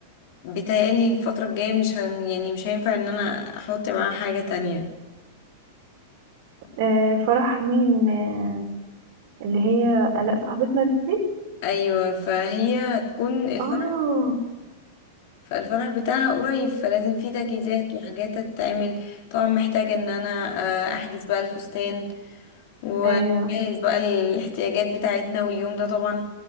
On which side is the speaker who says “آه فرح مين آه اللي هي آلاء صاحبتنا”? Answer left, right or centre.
Right